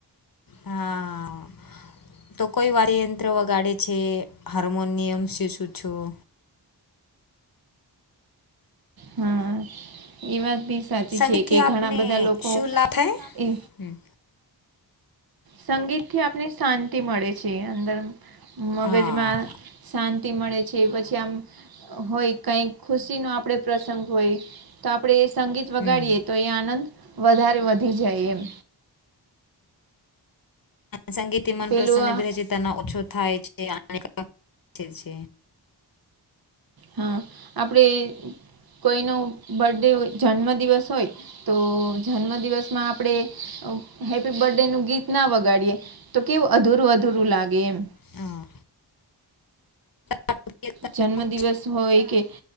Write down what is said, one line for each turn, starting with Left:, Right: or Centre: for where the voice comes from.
Left: હા તો કોઈ <inaudible> યંત્ર વગાડે. છે હાર્મોનિયમ શીશું છું.
Right: હા, એ વાત બી સાચી
Left: સંગીતથી
Right: છે કે ઘણા
Left: આપને
Right: બધા લોકો
Left: શું લાભ થાય?
Right: એ
Left: હમ.
Right: સંગીતથી આપને શાંતિ મળે છે અંદર
Left: હા
Right: મગજમાં શાં તિ મળે છે પછી આમ હોય કાઈક ખુશીનો આપડે પ્રસંગ હોય. તો આપડે એ સંગીત વગાડીએ
Left: હમ
Right: તો એ આનંદ વધારે વધી જાય એમ.
Left: સંગીત મન
Right: પેલું
Left: પ્રસન્ન <unintelligible>
Right: આ
Left: થાય છે અને <inaudible> છે.
Right: હા, આપણે કોઈનો બર્થડે હોય જન્મદિવસ હોય. તો જન્મ દિવસમાં આપણેે અ હેપ્પી બર્થ ડે નું ગીત ના વગાડીએ. તો કેવું અધૂરું અધૂરું લાગે એમ.
Left: હા. તમારો પ્રિય
Right: જન્મ
Left: ગાયક કોણ
Right: દિવસ હોય કે